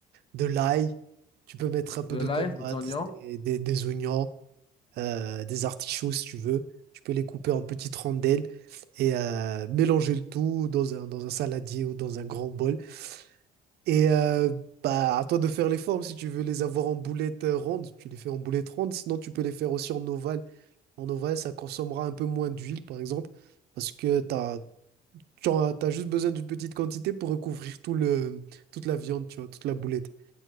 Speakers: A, on the right (about 70°); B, on the left (about 30°).
A: de l'ail. Tu peux mettre un peu
B: le
A: de
B: lait,
A: tomates,
B: les oignons.
A: des, des, des oignons, euh, des artichauts si tu veux. Tu peux les couper en petites rondelles et euh, mélanger le tout dans un, dans un saladier ou dans un grand bol. Et euh, bah, à toi de faire les formes. Si tu veux les avoir en boulettes euh, rondes, tu les fais en boulettes rondes. Sinon, tu peux les faire aussi en ovale. En ovale, ça consommera un peu moins d'huile, par exemple, parce que t'as, tu en as, t'as juste besoin d'une petite quantité pour recouvrir tout le, toute la viande, tu vois, toute la boulette.